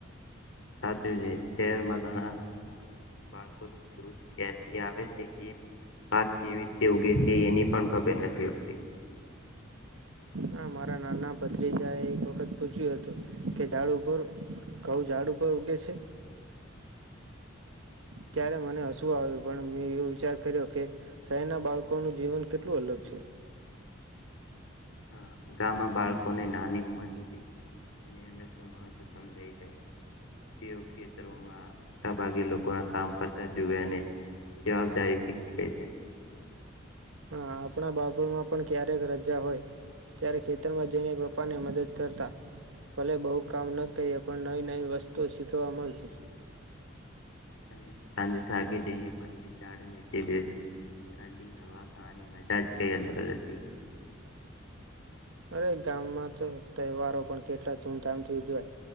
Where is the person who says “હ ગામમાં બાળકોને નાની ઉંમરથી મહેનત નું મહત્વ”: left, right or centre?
Left